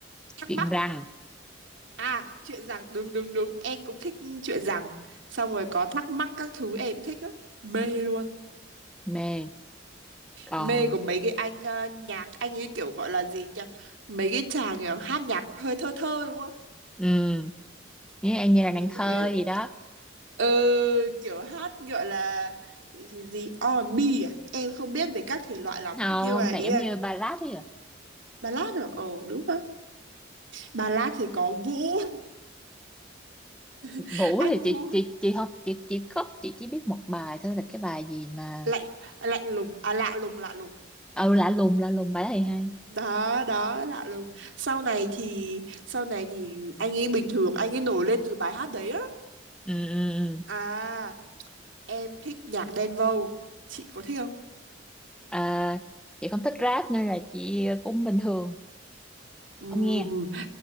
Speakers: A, on the right; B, in the centre.
A: thắc
B: chuyện
A: mắc
B: rằng
A: À, chuyện rằng đúng đúng đúng, em cũng thích chuyện rằng. Xong rồi có thắc mắc các thứ em cũng thích lắm. Mê luôn.
B: mê còn
A: Mê của mấy cái anh ờ, nhạc anh ấy kiểu gọi là gì nhỉ? Mấy cái chàng kiểu hát nhạc hơi thơ thơ đúng không?
B: um, như em như là nàng
A: Trời
B: thơ
A: ơi.
B: gì đó
A: Ừ, kiểu hát gọi là gì gì? R&B à? Em không biết về các thể loại lắm,
B: không
A: nhưng mà
B: này
A: ý
B: giống
A: là
B: như ballad ấy à
A: ballad rồi. Ồ đúng không? Ballad thì có Vũ, <laughs>
B: vũ
A: anh
B: thì chị
A: Vũ
B: chị chị không chị chị khóc chị chỉ biết một bài thôi là cái bài gì mà
A: lạnh lạnh lùng à lạ lùng lạ lùng
B: ừ lạ lùng lạ lùng bài đó thì hay
A: đó đó lạ lùng sau này thì sau này thì anh ấy bình thường anh ấy nổi lên từ bài hát đấy á
B: ừ, ừ, ừ.
A: à em thích nhạc Đen Vâu chị có thích không
B: à, chị không thích rap nên là chị cũng bình thường
A: Ừm,
B: không nghe